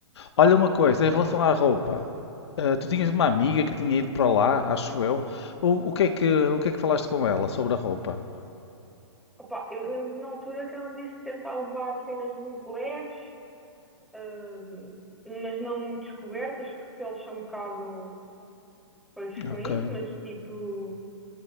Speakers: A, on the left; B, in the centre.
A: Olha uma coisa, em relação à roupa, eh, tu tinhas uma amiga que tinha ido para lá, acho eu. O, o que é que, o que é que falaste com ela sobre a roupa?
B: Opa, eu lembro que na altura que ela me disse tentar levar cenas muito leves, hum, mas não muito descobertas, porque eles são um bocado coisas com
A: Ok.
B: isso, mas tipo,